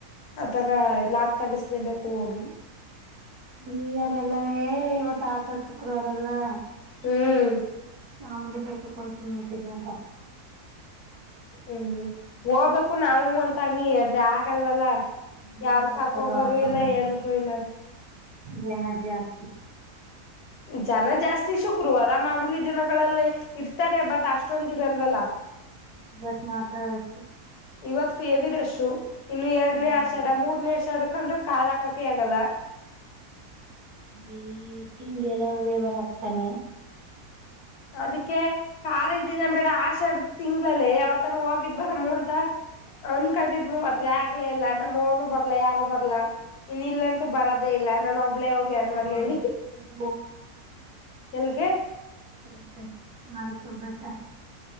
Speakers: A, on the left (about 80°); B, on the right (about 85°).
A: ಅದಾಗ ಎ ಲಾಕ್ ತೆಗಿಸಲೇಬೇಕು ಹೋಗಿ
B: ಈ ಅವರೆಲ್ಲವೇ ಇವತ್ತು ಆಶಾಡ್ ಶುಕ್ರವಾರ ಅಲ್ವಾ?
A: ಹ್ಮ್.
B: ಚಾಮುಂಡಿ ಬೆಟ್ಟಕ್ಕ ಹೋತಿನಿ ಅಂತಿದ್ದಿ ಅಂತ್ಲಾ
A: ಹ್ಮ್ ಹೋಗ್ಬೇಕು ನಾವು ಅಂತನೀ ಆದ್ರ ಆಗಲಲ್ಲ.
B: ಈಗ
A: ಯಾರು
B: ಅಸಲು
A: ಕರ್ಕೋಗೋರು
B: ಹಾಕಾಗಲ್ಲ
A: ಇಲ್ಲ ಏನಕ್ಕೂ
B: ಬಿಡಿ
A: ಇಲ್ಲ.
B: ಜನ ಜಾಸ್ತಿ
A: ಜನ ಜಾಸ್ತಿ ಶುಕ್ರವಾರ ಮಾಮೂಲಿ ದಿನಗಳಲ್ಲಿ ಇರ್ತಾರೆ ಬಟ್ ಅಷ್ಟೊಂದ್ ಇರಲ್ವಲ್ಲ.
B: ಬಟ್ ಮಾತ್ರ ರಶ್
A: ಇವತ್ತ ಹೆವಿ ರಶು ಇನ್ನು ಎರಡನೇ
B: ಹ್ಮ್
A: ಆಷಾಢ ಮೂರ್ನೇ ಆಷಾಢಕ ಅಂದ್ರೆ ಕಾಲ ಹಾಕಕೆ ಆಗಲ್ಲ.
B: ಈ ಹಿಂಗೆಲ್ಲಾ <unintelligible>
A: ಅದಕ್ಕೆ ಖಾಲ ದಿನ ಬಿಡ ಆಷಾಡ್ ತಿಂಗಳಲ್ಲಿ ಯಾವತಾರ ಹೋಗಿ ಬರುನು ಅನ್ಕೊಂಡಿದ್ಡ ಮೂ ಅದ್ರಿ ಆಗ್ಲೇ ಇಲ್ಲ ನಮ್ಮವರು ಬರಲ್ಲ ಯಾರು ಬರಲ್ಲ. ಇನ್ ಇಲ್ಲಂತೂ ಬರದೇ ಇಲ್ಲ ನಾನ್
B: ಬೆಟ್ಟಕ್ಕಿಂತ
A: ಒಬ್ಳೇ ಹೋಗಿ ಅನ್ ಮಾಡ್ಲಿ ಹೇಳಿ
B: ಬೆಟ್ಟಕ್ಕಿಂತ
A: ಎಲ್ಲಿಗೆ?
B: ೇಟ ಮಸೂರು ಬೇಟ <unintelligible>